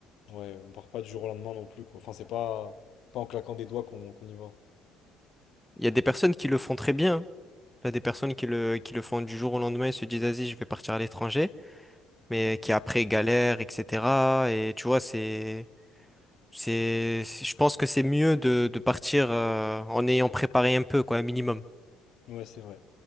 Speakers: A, on the left; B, in the centre.
A: Ouais, on part pas du jour au lendemain non plus, quoi. Enfin, c'est pas, pas en claquant des doigts qu'on qu'on y va.
B: Il y a des personnes qui le font très bien. hein. T'as des personnes qui le, qui le font du jour au lendemain et se disent, vas-y, je vais partir à l'étranger, mais qui après galèrent, etc. Et tu vois, c'est, c'est, c'est- je pense que c'est mieux de, de partir euh, en ayant préparé un peu, quoi, un minimum.
A: Ouais, c'est vrai.